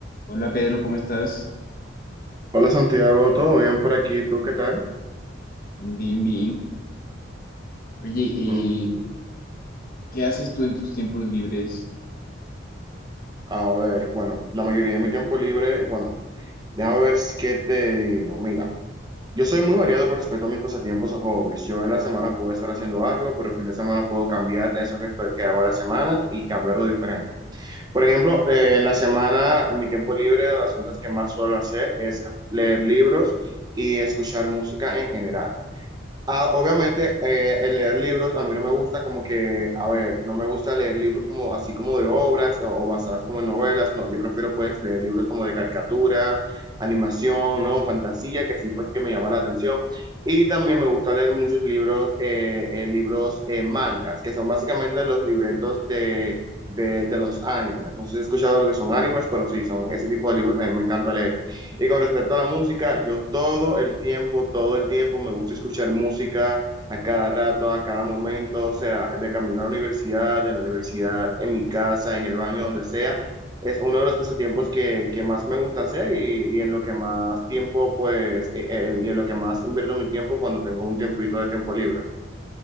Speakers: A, on the left; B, on the right.
A: Hola Pedro, ¿cómo estás?
B: Hola Santiago, ¿todo bien por aquí? ¿Tú qué tal?
A: Bien, bien. Oye, eh,
B: Mm,
A: ¿qué haces tú en tus tiempos libres?
B: a ver, bueno, la mayoría de mi tiempo libre, bueno, déjame ver si- qué te digo. Mira, yo soy muy variado con respecto a mis pasatiempos o hobbies. Yo en la semana puedo estar haciendo algo, pero el fin de semana puedo cambiar eso que, estoy, que hago en la semana y cambiar algo diferente. Por ejemplo, eh, en la semana, en mi tiempo libre, de las cosas que más suelo hacer es leer libros y escuchar música en general. Ah, obviamente, eh, el leer libros a mí no me gusta como que, a ver, no me gusta leer libros como así como de obras o, o basadas como en novelas, no, yo prefiero pues leer libros como de caricatura, animación, ¿no? Fantasía, que sí pues que me llama la atención. Y también me gusta leer muchos libros, eh, eh, libros eh, mangas, que son básicamente los libretos de, de, de los animes. No sé si has escuchado lo que son animes, pero sí, son ese tipo de libros que a mí me encanta leer. Y con respecto a la música, yo todo el tiempo, todo el tiempo me gusta escuchar música a cada rato, a cada momento, o sea, de camino a la universidad, de la universidad, en mi casa, en el baño, donde sea. Es uno de los pasatiempos que, que más me gusta hacer y, y en lo que más tiempo, pues, eh, eh, y en lo que más invierto mi tiempo cuando tengo un tiempito de tiempo libre.